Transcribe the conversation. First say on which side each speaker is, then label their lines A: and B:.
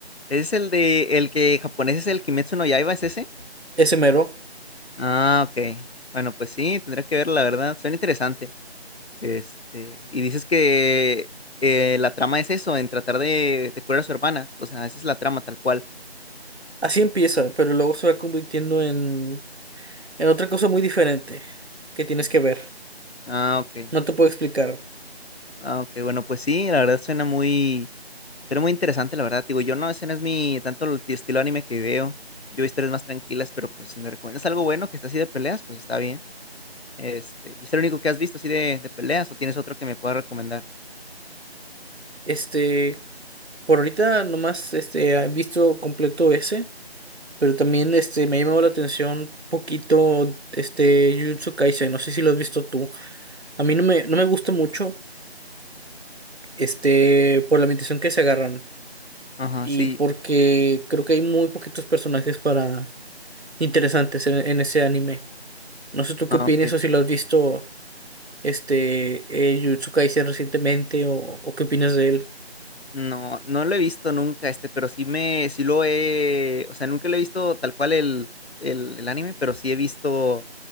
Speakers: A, on the left (about 70°); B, on the right (about 75°).
A: ¿es el de el que japonés es el Kimetsu no Yaiba, es ese?
B: Ese mero.
A: Ah, ok. Bueno, pues sí, tendré que ver, la verdad. Suena interesante. Este, y dices que eh, la trama es eso, en tratar de, de curar a su hermana. O sea, esa es la trama tal cual.
B: Así empieza, pero luego se va convirtiendo en, en otra cosa muy diferente que tienes que ver.
A: Ah, ok.
B: No te puedo explicar.
A: Ah, ok. Bueno, pues sí, la verdad suena muy, suena muy interesante, la verdad. Digo, yo no, ese no es mi tanto el estilo anime que veo. Yo veo historias más tranquilas, pero pues si me recomiendas algo bueno que está así de peleas, pues está bien. Este, ¿y es el único que has visto así de, de peleas o tienes otro que me pueda recomendar?
B: Este, por ahorita nomás este, he visto completo ese, pero también este, me ha llamado la atención poquito este Jujutsu Kaisen. No sé si lo has visto tú. A mí no me, no me gusta mucho este, por la ambientación que se agarran
A: Ajá,
B: y
A: sí.
B: porque creo que hay muy poquitos personajes para interesantes en, en ese anime. No sé tú qué
A: Ah,
B: opinas
A: ok.
B: o si lo has visto este, eh, Jujutsu Kaisen recientemente o, o qué opinas de él?
A: No, no lo he visto nunca este, pero sí me, sí lo he, o sea, nunca lo he visto tal cual el, el, el anime, pero sí he visto,